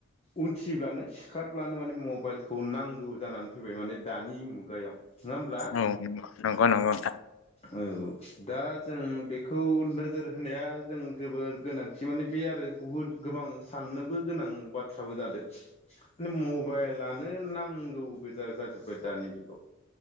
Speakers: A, on the left; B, on the left.
A: उथिब्लानो सिखारब्लानो माने मबाइलखौ नांगौ जानानै फैबाय माने दानि मुगायाव नङा होमब्ला
B: औ नंगौ नंगौ नोंथां
A: औ दा जों बेखौनो नोजोर होनाया जों जोबोर गोनांथि माने बे आरो बुहुद गोबां साननोबो गोनां बाथ्राबो जादों मबाइलानो नांगौ गोजा जाजोबबाय दानि जुगाव